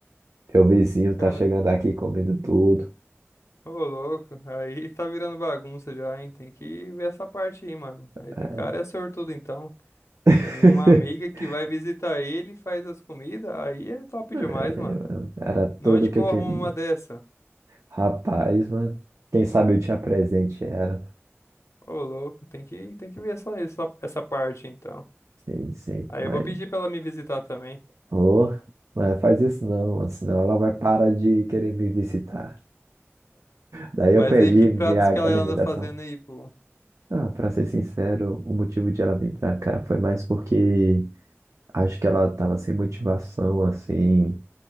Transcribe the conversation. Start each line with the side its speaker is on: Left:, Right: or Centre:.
Right: Meu vizinho tá
Left: Cara,
Right: chegando aqui comendo tudo.
Left: ô louco, aí tá virando bagunça já, hein? Tem que ver essa parte aí, mano. Mas
Right: É.
Left: o cara é sortudo, então.
Right: <laughs>
Left: Tem uma amiga que vai visitar ele, faz as comidas, aí é top demais,
Right: É,
Left: mano.
Right: mano, Era tudo
Left: Onde
Right: que
Left: que eu
Right: eu queria.
Left: arrumo uma dessa?
Right: Rapaz, mano, quem sabe eu te apresente era,
Left: Ô louco, tem que, tem que ver só essa, essa parte, então.
Right: Sim, sim,
Left: Aí
Right: mas,
Left: eu vou pedir pra ela me visitar também.
Right: oh, mas faz isso não, mano, senão ela vai parar de querer me visitar. Daí eu
Left: Mas
Right: perdi
Left: aí, que pratos
Right: minha
Left: que ela
Right: alimentação.
Left: anda fazendo aí, pô?
Right: Ah, pra ser sincero, o motivo de ela vir pra cá foi mais porque acho que ela tava sem motivação, assim,